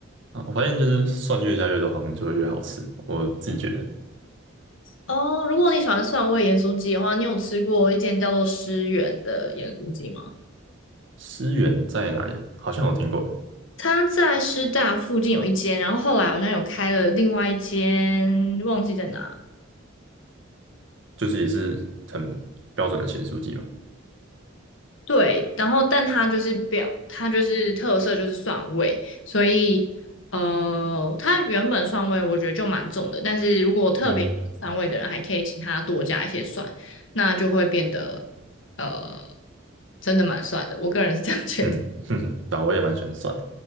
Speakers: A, on the right; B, on the left.
A: 啊。我发现就是蒜越加越多，好像就越好吃。我自己觉得，
B: 哦，如果你喜欢蒜味盐酥鸡的话，你有吃过一间叫做诗源的盐酥鸡吗？
A: 思源在哪里啊？好像有听过，
B: 它在师大附近有一间，然后后来好像有开了另外一间，忘记在哪。
A: 就是也是很标准的咸酥鸡嘛。
B: 对，然后但它就是表，它就是特色就是蒜味，所以呃，它原本蒜味我觉得就蛮重的，但是如果特别喜欢蒜味的人，
A: 嗯。
B: 还可以请他多加一些蒜，那就会变得呃，真的蛮蒜的。我个人是这样觉得。
A: 嗯，<laughs> 哼哼，对啊，我也蛮喜欢蒜的。